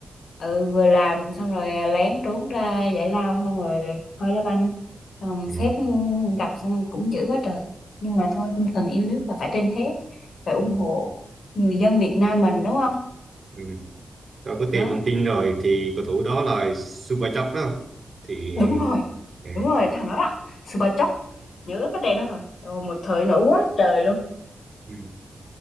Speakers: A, on the left; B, on the right.
A: ừ, vừa làm xong rồi à, lén trốn ra giải lao xong rồi coi đá banh xong
B: ừ.
A: sếp gặp xong cũng chửi quá trời nhưng mà thôi tinh thần yêu nước là phải trên hết phải ủng
B: Ừ.
A: hộ người dân Việt Nam mình đúng không
B: Ừ. tôi có
A: đó
B: tìm thông tin rồi thì cầu thủ đó là Subachok đó thì
A: đúng rồi
B: ừ.
A: đúng rồi thằng đó đó Super Chóc nhớ cái tên nó rồi Trời ơi, một thời nổi quá trời luôn
B: Ừ.